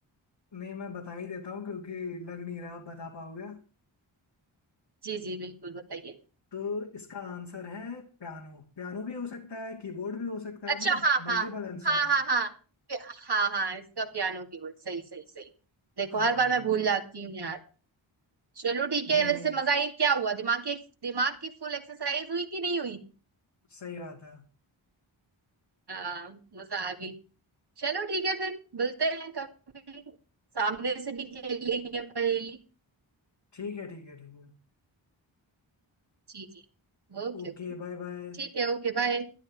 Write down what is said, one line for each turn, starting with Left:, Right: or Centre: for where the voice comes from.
Left: नहीं मैं बता ही देता हूँ क्योंकि लग नहीं रहा आप बता पाओगे
Right: जी जी बिल्कुल बताइए
Left: तो इसका आंसर है पियानो पियानो भी हो सकता है कीबोर्ड भी हो सकता है
Right: अच्छा
Left: मतलब
Right: हाँ हाँ
Left: मल्टीपल आंसर
Right: हाँ
Left: है
Right: हाँ हाँ पि- हाँ हाँ इसका पियानो कीबोर्ड सही सही सही देखो
Left: हाँ
Right: हर बार मैं भूल जाती हूँ यार चलो ठीक है
Left: नहीं नहीं
Right: वैसे मजा आई क्या हुआ दिमाग की दिमाग की फुल एक्सरसाइज हुई कि नहीं हुई
Left: सही बात है
Right: हाँ मजा आ गई चलो ठीक है फिर मिलते हैं कभी सामने से भी खेलेंगे पहेली
Left: ठीक है ठीक है ठीक है
Right: जी जी ओके
Left: Okay
Right: ओके
Left: bye bye
Right: ठीक है ओके बाय